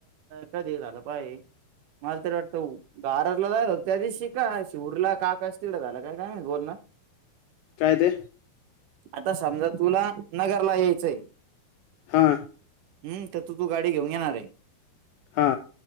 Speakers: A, on the right; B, on the left.
A: कधी झालं पाय मला तरी वाटत. बारतला झालं त्या दिशी का शिवडला काका अस तिला झालं काय काय बोलण.
B: काय ते
A: आता समजा तुला नगरला यायचंय.
B: हा.
A: हम् त्यात तू गाडी घेऊन घेणार आहे.
B: हा